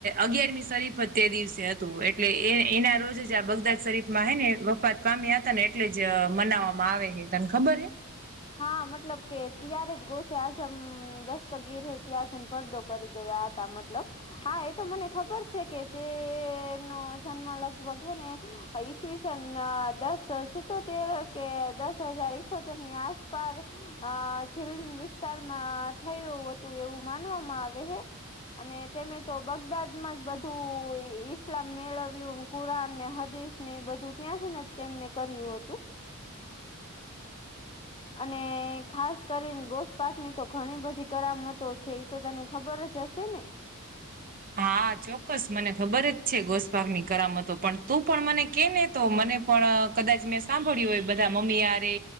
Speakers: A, on the right (about 40°); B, on the left (about 25°).
A: અગિયારમી શરીફ જ તે દિવસે હતું એટલે એ એના રોજ જ આ બગદાદ શરીફમાં હૈ ને વફત સ્વામી હતા ને એટલે જ મનાવવામાં આવે હ તને ખબર હે?
B: હા મતલબ કે ત્યારે જ ગોસે આજમ દસ્તગી રહે ત્યાારથીને પડદો કરી ગયા હતા. મતલબ, હા એ તો મને ખબર છે કે તેનો જન્મ લગભગ હને ઈસવીસન દસ સિતતેર કે દસ હજાર ઇઠોતેરની આ પાસ. અ જેલ વિસ્તારમાં થયું હતું એવું માનવામાં આવે હે. અને તેમે તો બગદાદ માં જ બધું ઈસ્લામ મેળવ્યું. કુરાન ને હદીશ ને એ બધું ત્યાંથીને તેમને કર્યું હતું.
A: <inaudible>
B: અને ખાસ કરીને ગોસ્પકની તો ઘણી બધી કરામતો છે. તો તને ખબર જ હશે ને?
A: હા ચોક્કસ મને ખબર જ છે ઘોસભાગની કરમતો પણ તું પણ મને કે ને તો મને પણ કદાચ મેં સાંભળ્યું હોય બધા મમ્મી યરે.